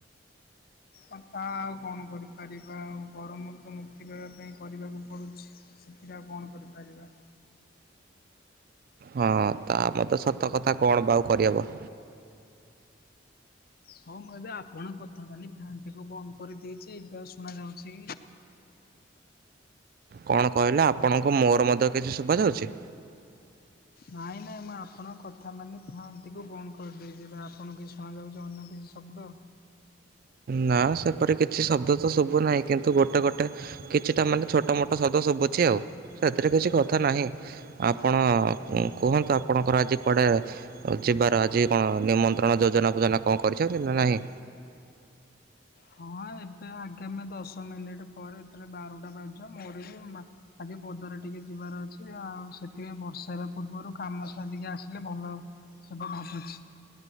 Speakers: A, on the left (about 50°); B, on the right (about 45°).
A: ଆଉ ତା ଆଉ କଣ କରିପାରିବା? ଆଉ ଗରମରୁ ତ ମୁକ୍ତି ମିଳିବା ପାଇଁ କରିବାକୁ ପଡ଼ୁଛି। ସେଥିରେ ଆଉ କଣ କରିପାରିବା?
B: ହଁ ତା ଗତ ସତ କଥା କଣ ବା ଆଉ କରିହବ?
A: ହଉ ମୁଁ ଏବେ ଆପଣଙ୍କ କଥା ମାନି ଫ୍ୟାନ୍ ଟି କୁ ବନ୍ଦ କରିଦେଇଛି। ଏବେ ଆଉ ଶୁଣାଯାଉଛି?
B: କଣ କହିଲେ ଆପଣଙ୍କୁ ମୋର ମଧ୍ୟ କିଛି ଶୁଭା ଯାଉଛି?
A: ନାଇଁ ନାଇଁ ମୁଁ ଆପଣଙ୍କ କଥା ମାନି ଫ୍ୟାନ୍ ଟି କୁ ବନ୍ଦ କରିଦେଇଛି। ଏବେ ଆପଣଙ୍କୁ କି ଶୁଣା ଯାଉଛି ଅନ୍ୟ କିଛି ଶବ୍ଦ?
B: ନା ସେପରି କିଛି ଶବ୍ଦ ତ ଶୁଭୁ ନାହିଁ କିନ୍ତୁ ଗୋଟେ ଗୋଟେ କିଛିଟା ମାନେ ଛୋଟ ମୋଟ ଶବ୍ଦ ଶୁଭୁଛି ଆଉ ସେଥିରେ କିଛି କଥା ନାହିଁ। ଆପଣ କୁହନ୍ତୁ ଆପଣଙ୍କର ଆଜି କୁଆଡ଼େ ଯିବାର ଆଜି କଣ ନିମନ୍ତ୍ରଣ ଯୋଜନା ଫୋଜନା କଣ କରିଛନ୍ତି ନା ନାହିଁ?
A: ହଁ ଏବେ ଆଗେ ଆମେ ଦଶ ମିନିଟ ପରେ ଯେତେବେଳେ ବାରୁଟା ବାଜେ ମୋର ବି ମା ଆଜି ପଦାରେ ଟିକେ ଯିବାର ଅଛି ଆଉ ସେଥି ପାଇଁ ବର୍ଷା ହେବା ପୂର୍ବରୁ କାମ ସାରିକି ଆସିଲେ ଭଲ ହେବ ଭାବୁଛି।